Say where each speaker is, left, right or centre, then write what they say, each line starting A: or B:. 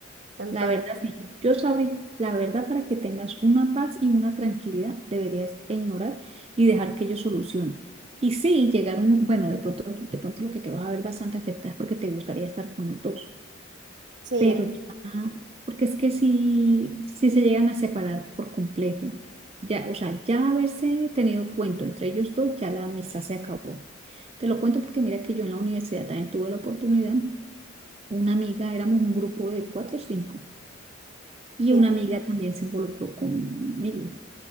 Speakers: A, on the right; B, on the right.
A: Entonces,
B: la verdad, sí. Yo sabré, la verdad, para que tengas una paz y una tranquilidad, deberías ignorar y dejar que ellos solucionen. Y sí, llegar un, bueno, de pronto, de pronto lo que te vas a ver bastante afectado es porque te gustaría estar con los dos.
A: sí,
B: pero ya, porque es que si, si se llegan a separar por completo, ya, o sea, ya haberse tenido un cuento entre ellos dos, ya la amistad se acabó. Te lo cuento porque mira que yo en la universidad también tuve la oportunidad, una amiga, éramos un grupo de cuatro o cinco, y
A: sí,
B: una amiga también se involucró con un amigo.